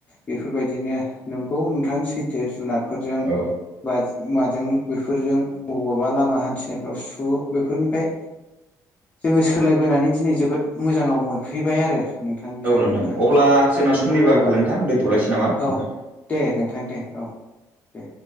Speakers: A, on the left; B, on the right.
A: बेफोरबायदिनो नंगौ नोंथां सैथो जुनार फोरजों
B: औ
A: बा माजों बेफोरजों ब'बावबा लामा हान्थिनायफ्राव सु बेफोरनिफ्राय जोङो सोलायबोनानै दिनै जोबोद मोजाङाव मोनफैबाय आरो नोंथां बिदि
B: औ नोंथां
A: बुंनो हागोन
B: अब्ला जोंना समनिबो
A: औ
B: आंखाल नोंथां दोनथ'लायसै नामा
A: औ
B: नोंथां
A: दे नोंथां नोंथां दे औ दे